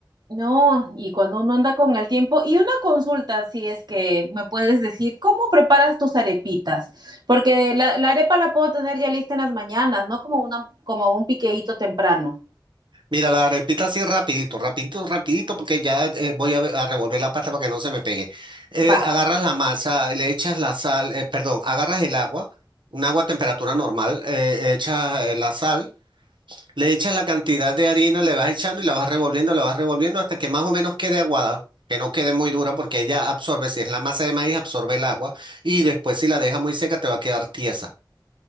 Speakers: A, on the right; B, on the right.
A: No, y cuando uno anda con el tiempo, y una consulta, si es que me puedes decir, ¿cómo preparas tus arepitas? Porque la, la arepa la puedo tener ya lista en las mañanas, ¿no? Como una, como un piqueíto temprano.
B: Mira, la repito así rapidito, rapidito, rapidito, porque ya eh, voy a, a revolver la pasta para que no se me pegue. Eh,
A: Va.
B: agarras la masa, le echas la sal, eh, perdón, agarras el agua, un agua a temperatura normal, eh, echas eh, la sal, le echas la cantidad de harina, le vas echando y la vas revolviendo, la vas revolviendo hasta que más o menos quede aguada, que no quede muy dura porque ella absorbe, si es la masa de maíz, absorbe el agua y después si la deja muy seca te va a quedar tiesa.